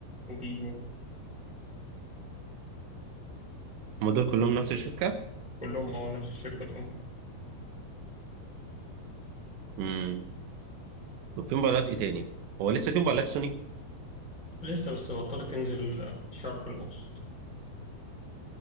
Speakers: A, in the centre; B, on the right.
A: وفيجو
B: هم دول كلهم نفس الشركه
A: كلهم اه نفس الشركة الأم
B: امم طب في موبايلات ايه تاني هو لسه في موبايلات سوني
A: لسه بس بطلت تنزل الشرق الأوسط